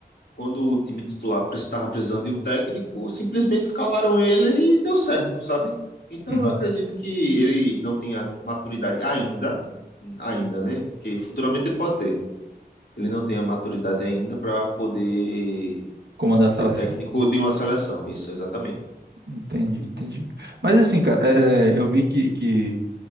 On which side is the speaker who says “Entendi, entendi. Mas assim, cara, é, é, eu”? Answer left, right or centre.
Right